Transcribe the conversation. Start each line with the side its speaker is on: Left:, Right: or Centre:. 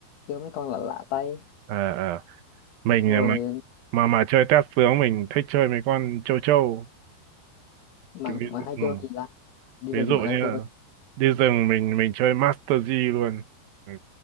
Left: chơi mấy con lạ lạ tay
Right: Ờ, ờ. Mình
Left: xong rồi
Right: mà mà mà chơi test tướng mình thích chơi mấy con châu châu
Left: bạn
Right: kiểu ví
Left: bạn
Right: dụ,
Left: hay
Right: ừ.
Left: chơi con gì ta đi
Right: ví
Left: rừng
Right: dụ
Left: bạn
Right: như
Left: hay
Right: là
Left: chơi con
Right: đi rừng mình mình chơi Master G luôn Ờ,